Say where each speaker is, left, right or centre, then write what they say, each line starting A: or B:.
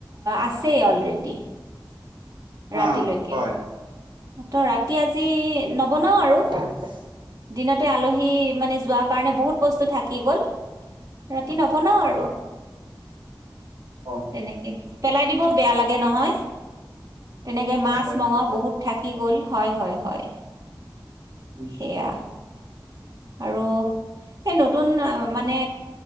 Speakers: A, on the right; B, on the right.
A: আছেই অলৰেডি।
B: হা
A: ৰাতিলৈকে,
B: হয়
A: ত ৰাতি আজি নবনাও আৰু।
B: <unintelligible>
A: দিনতে আলহী মানে যোৱাৰ কাৰণে বহুত বস্তু থাকি গ'ল। ৰাতি নবনাও আৰু।
B: হয় অ অ।
A: তেনেকে, পেলাই দিবও বেয়া লাগে নহয়‌। তেনেকে মাছ,
B: লাগিব
A: মঙহ
B: বেয়া
A: বহুত থাকি গ'ল, হয় হয় হয়।
B: লাগে।
A: সেইয়া। আৰু সেই নতুন মানে